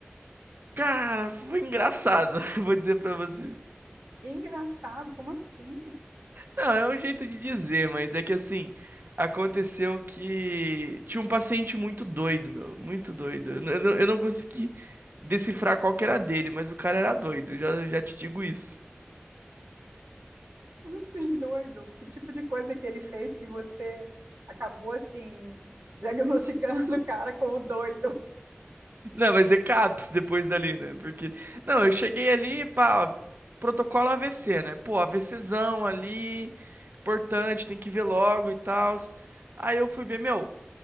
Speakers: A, on the right (about 50°); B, on the right (about 85°).
A: Cara, foi engraçado, <laughs> vou dizer pra você.
B: E engraçado, como assim?
A: Não, é um jeito de dizer, mas é que assim, aconteceu que tinha um paciente muito doido, meu, muito doido. Eu, não- eu, não eu não consegui decifrar qual que era dele, mas o cara era doido, já, já te digo isso.
B: Como assim, doido? Que tipo de coisa que ele fez que você acabou assim <laughs> diagnosticando o cara como doido?
A: Não, vai ser CAPS depois dali, né? Porque, não, eu cheguei ali, pá, protocolo AVC, né? Pô, AVCzão ali, importante, tem que ver logo e tal. Aí eu fui ver, meu.